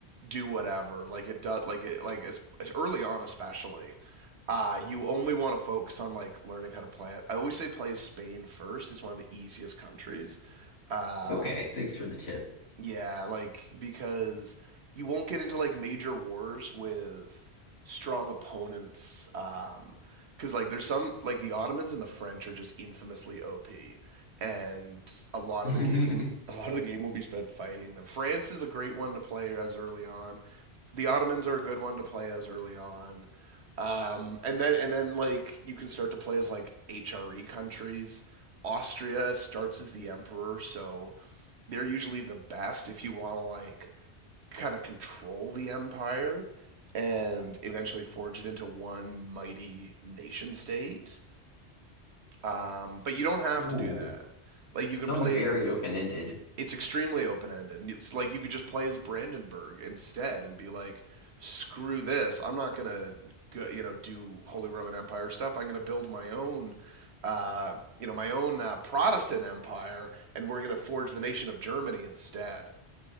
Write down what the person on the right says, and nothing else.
do whatever. Like it does. Like it like as, early on, especially. Uh, you only want to focus on like learning how to play it. I always say play Spain first. It's one of the easiest countries. Um,
yeah, like because you won't get into like major wars with strong opponents. Um, because like there's some like the Ottomans and the French are just infamously OP, and a lot
of the game, <laughs> a lot of the game will be spent fighting them. France is a great one to play as early on. The Ottomans are a good one to play as early on. Um, and then and then like you can start to play as like HRE countries. Austria starts as the emperor, so they're usually the best if you want to like kind of control the empire and eventually forge it into one mighty nation state. Um, but you don't have
to do that. Like you
can play
as
yeah, it's extremely open ended. It's like you could just play as Brandenburg instead and be like, screw this, I'm not gonna you know do Holy Roman Empire stuff. I'm gonna build my own. Uh, you know my own uh, Protestant empire, and we're going to forge the nation of Germany instead.